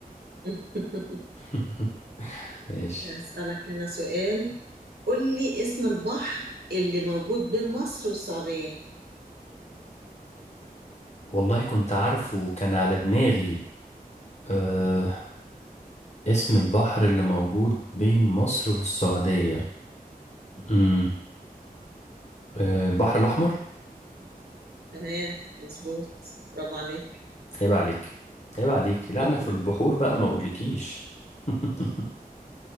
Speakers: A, on the right; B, on the left.
A: <laughs>
B: <laughs> ماشي
A: اسألك انا سؤال قول لي اسم البحر اللي موجود بين مصر والسعودية
B: والله كنت عارفه كان على دماغي أه اسم البحر اللي موجود بين مصر والسعودية امم أه البحر الأحمر
A: تمام مظبوط برافو عليك
B: عيب عليك عيب عليك
A: <laughs>
B: لا أنا في البحور بقى ما أقولكيش <laughs>